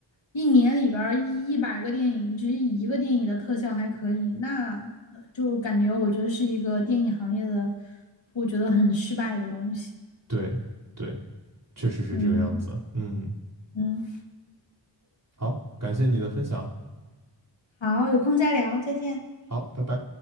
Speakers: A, on the left; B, on the right.
A: 一年里边儿一一百个电影，只有一个电影的特效还可以，那就感觉我觉得是一个电影行业的，我觉得很失败的东西。
B: 对对，确实是这个样子。
A: 嗯
B: 嗯，
A: 嗯，
B: 好，感谢你的分享，
A: 好，有空再聊，再见。
B: 好，拜拜。